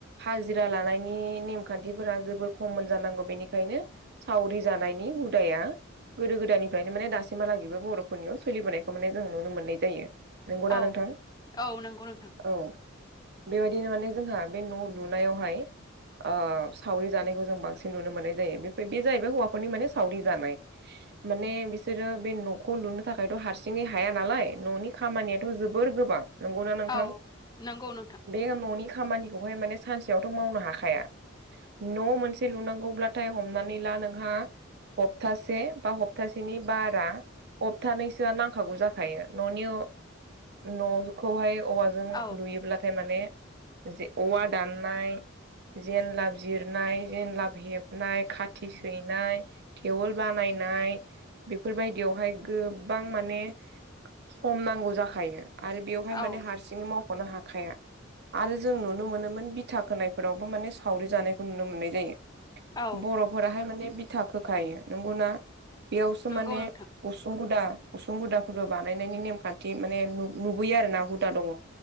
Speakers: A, on the right; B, on the left.
A: हाजिरा लानायनि नेमखान्थिफोरा जोबोर खममोन जानांगौ बेनिखायनो सावरि जानायनि हुदाया गोदो गोदायनिफ्रायनो माने दासिमहालागैबो बर'फोरनियाव सोलिबोनायखौ माने जों नुनो मोननाय जायो नंगौना
B: औ
A: नोंथां
B: औ नंगौ नोंथां
A: औ बेबायदिनो माने जोंहा बे न' लुनायावहाय ओ सावरि जानायखौ जों बांसिन नुनो मोननाय जायो बे जाहैबाय हौवाफोरनि माने सावरि जानाय माने बिसोरो बे नखौ लुनो थाखायथ हारसिङै हाया नालाय न'नि खामानियाथ जोबोर गोबां नंगौना नोंथां
B: औ नंगौ नोंथां
A: बे न'नि खामानिखौहाय माने सानसेयावथ मावनो हाखाया न' मोनसे लुनांगौब्लाथाय हमनानै ला नोंहा हप्तासे बा हप्तासेनि बारा हबथानैसोआ नांखागौ जाखायो न'नि न'खौहाय औ वाजों
B: औ
A: लुयोब्लाथाय माने औवा दाननाय जेनलाब जिरनाय जेनलाब हेबनाय खाथि सैनाय थेवोल बानायनाय बेफोरबायदियावहाय गोबां माने सम नांगौ जाखायो आरो बेवहाय
B: औ
A: माने हारसिङै मावखनो हाखाया आरो जों नुनो मोनोमोन बिथा खोनायफोरावबो माने सावरि जानायखौ नुनो मोननाय जायो
B: औ
A: बर'फोराहाय माने बिथा खोखायो नंगौना बेयावसो
B: नंगौ
A: माने
B: नोंथां
A: उसुं गुदा उसुं गुदाफोरबो बानायनायनि नेमखान्थि माने नुबोयो आरोना हुदा दङ